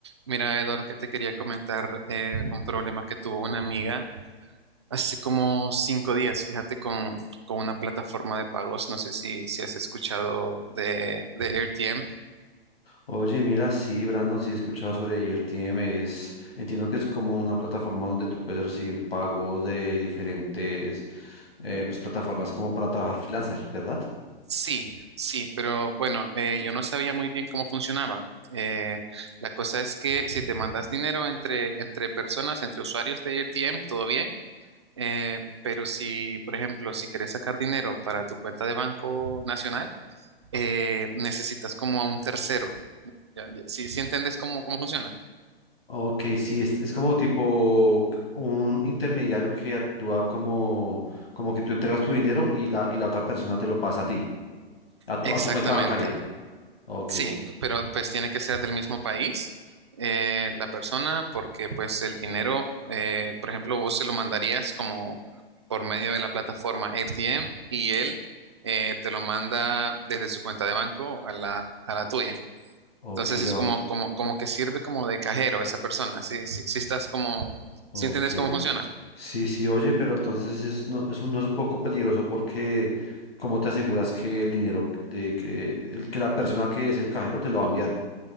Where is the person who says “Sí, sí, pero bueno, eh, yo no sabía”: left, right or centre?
Right